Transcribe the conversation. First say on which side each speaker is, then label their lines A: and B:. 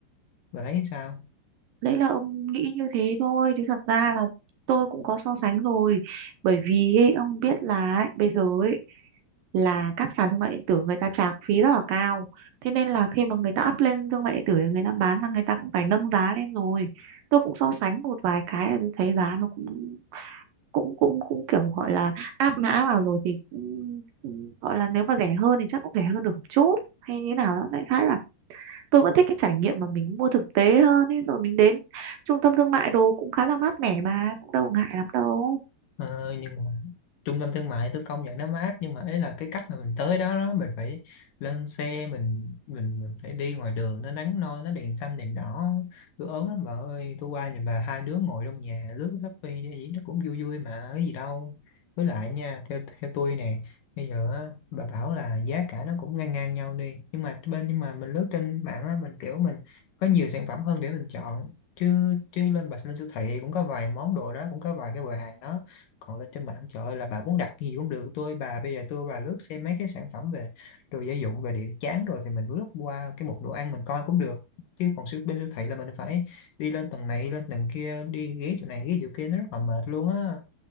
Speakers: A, on the left; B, on the right.
A: Bà thấy sao
B: đấy là ông nghĩ như thế thôi chứ thật ra là tôi cũng có so sánh rồi bởi vì ấy, ông biết là ấy, bây giờ ấy, là các sàn thương mại điện tử người ta trả phí rất là cao thế nên là khi mà người ta up lên thương mại điện tử để người ta bán là người ta cũng phải nâng giá lên rồi tôi cũng so sánh một vài cái là tôi thấy giá nó cũng cũng cũng cũng kiểu gọi là áp mã vào rồi thì cũng- cũng gọi là nếu mà rẻ hơn thì chắc cũng rẻ hơn được một chút hay như nào đó đại khái là tôi vẫn thích cái trải nghiệm mà mình mua thực tế hơn ấy rồi mình đến trung tâm thương mại đồ cũng khá là mát mẻ mà cũng đâu ngại lắm đâu
A: Ờ, nhưng mà trung tâm thương mại tôi công nhận nó mát nhưng mà ấy là cái cách mà mình tới đó đó mình phải lên xe mình mình, mình phải đi ngoài đường nó nắng nôi nó đèn xanh đèn đỏ tôi ớn lắm bà ơi tôi qua nhà bà hai đứa ngồi trong nhà lướt Shopee hay gì nó cũng vui vui mà cái gì đâu với lại nha theo theo tôi nè bây giờ á, bà bảo là giá cả nó cũng ngang ngang nhau đi nhưng mà bên nhưng mà mình lướt trên mạng á mình kiểu mình có nhiều sản phẩm hơn để mình chọn chứ chứ lên bà lên siêu thị cũng có vài món đồ đó cũng có vài cái quầy hàng đó còn lên trên mạng trời ơi là bà muốn đặt cái gì cũng được tôi bà bây giờ tôi bà lướt xem mấy cái sản phẩm về đồ gia dụng về điện chán rồi thì mình lướt qua cái mục đồ ăn mình coi cũng được chứ còn siêu bên siêu thị là mình phải đi lên tầng này lên tầng kia đi ghế chỗ này ghế chỗ kia nó rất là mệt luôn á